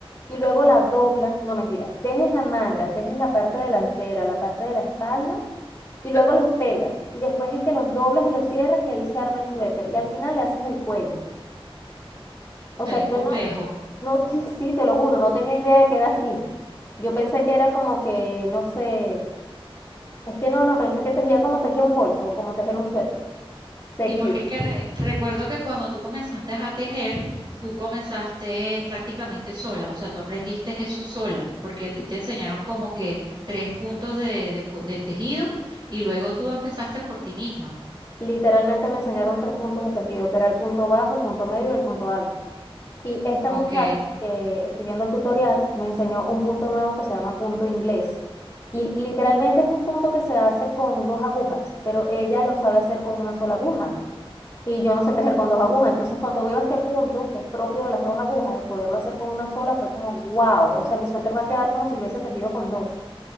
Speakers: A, on the left (about 30°); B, on the right (about 50°).
A: y luego la doblas. No, mentira, tejes la manga, tejes la parte delantera, la parte de la espalda y luego los pegas. Y después es que los doblas y los cierras y ahí se arma el suéter. Y al final le haces el cuello. O
B: sea,
A: sea,
B: es complejo.
A: yo no, no, <laughs> sí, te lo juro, no tenía idea de que era así. Yo pensé que era como que, no sé, es que no, no, pensé que tejía como tejía un bolso o como tejer un suéter, seguido.
B: Sí, porque es que re- recuerdo que cuando tú comenzaste a tejer, tú comenzaste prácticamente sola, o sea, tú aprendiste eso sola, porque a ti te enseñaron como que tres puntos de, de co- de tejido y luego tú empezaste por ti misma,
A: Literalmente me enseñaron tres puntos de tejido, que era el punto bajo, el punto medio y el punto alto. Y esta
B: ¿ok?
A: muchacha que estoy viendo el tutorial me enseñó un punto nuevo que se llama punto inglés. Y literalmente es un punto que se hace con dos agujas, pero ella lo sabe hacer con una sola aguja. y yo no sé tejer con dos agujas. Entonces, cuando veo este punto, que es propio de las dos agujas, y poderlo hacer con una sola, fue como, wow, o sea, mi suéter va a quedar como si lo hubiese tejido con dos.